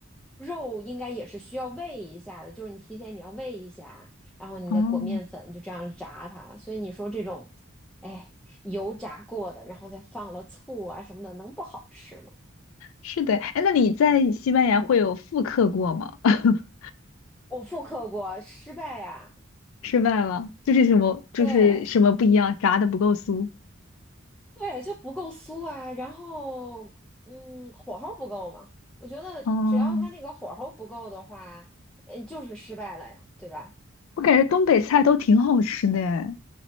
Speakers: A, in the centre; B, on the left.
A: 肉应该也是需要煨一下的，就是你提前你要煨一下，然后你再裹面粉，
B: 哦，
A: 就这样炸它。所以你说这种，哎，油炸过的，然后再放了醋啊什么的，能不好吃吗？
B: 是的，哎，那你在西班牙会有复刻过吗？<laughs>
A: 我复刻过，失败呀、
B: 失败了，就是什么就是什么不一样，
A: 对
B: 炸的不够酥。
A: 对，就不够酥啊，然后嗯，火候不够嘛，我觉得只要它那个火候不够的话，
B: 哦，
A: 嗯，就是失败了呀，对吧？
B: 我感觉东北菜都挺好吃的诶，